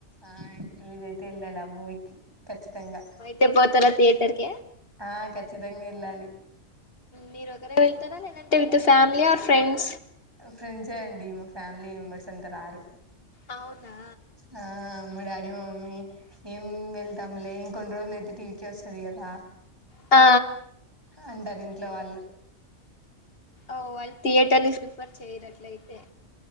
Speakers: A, on the right; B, on the left.
A: ఆ ఎక్చులీతే ల్లా మూవకి ఖచ్చితంగా
B: త పోతార థిటర్ క
A: ఆ ఖచ్చితంగా వెళ్ళాలి
B: మీరు ఒకరే వెళ్తారా లేదంటే విత్ ఫ్యామిలీ ఆర్ ఫ్రెండ్స్
A: ఆ ఫ్రెండ్స్ అండి మా ఫ్యామిలీ మెంబెర్స్ అంతా రారు
B: అవునా
A: ఆ మా డాడీ మమ్మీ ఏం వెళ్తాంలే ఇంకొన్ని రోజులు అయితే టీవీకి వస్తుది కదా
B: ఆ
A: అంటారు ఇంట్లో వాళ్ళు
B: ఓ అయి థియేటర్ ని ప్రిఫర్ చేయటట్లయితే